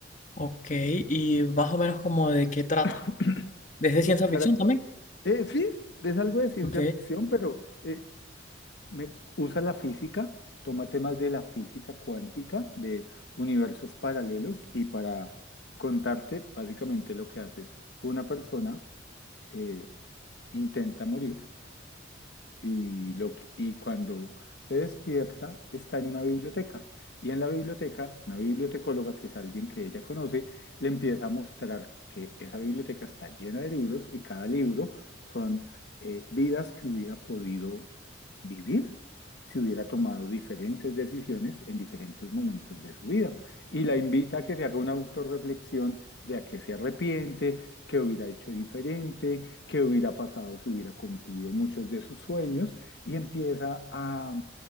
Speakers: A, on the left; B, on the left.
A: Ok, y más o menos como de qué trata.
B: <clears throat>
A: ¿Desde
B: Pues
A: ciencia
B: para...
A: ficción también?
B: eh, sí, es algo de ciencia
A: Ok,
B: ficción, pero eh, me- usa la física, toma temas de la física cuántica, de universos paralelos y para contarte básicamente lo que haces. Una persona eh, intenta morir y, lo, que- y cuando se despierta está en una biblioteca. Y en la biblioteca, una bibliotecóloga, que es alguien que ella conoce, le empieza a mostrar que esa biblioteca está llena de libros y cada libro son eh, vidas que hubiera podido vivir si hubiera tomado diferentes decisiones en diferentes momentos de su vida. Y la invita a que se haga una autorreflexión de a qué se arrepiente, qué hubiera hecho diferente, qué hubiera pasado si hubiera cumplido muchos de sus sueños y empieza a,